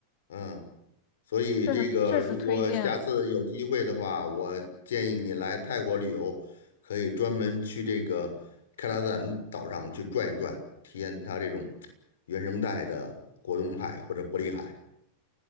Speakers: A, on the left; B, on the left.
A: 嗯，所以这个如果下次有机会的话，
B: 确实确实推荐，
A: 我建议你来泰国旅游，可以专门去这个克拉赞岛上去转一转，体验它这种原生态的果冻海或者玻璃海。